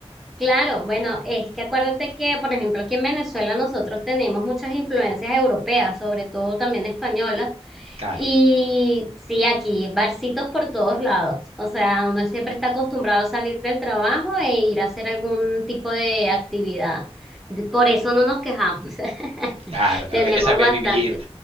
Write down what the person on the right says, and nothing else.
Claro,
claro, claro.
Hay que saber
vivir,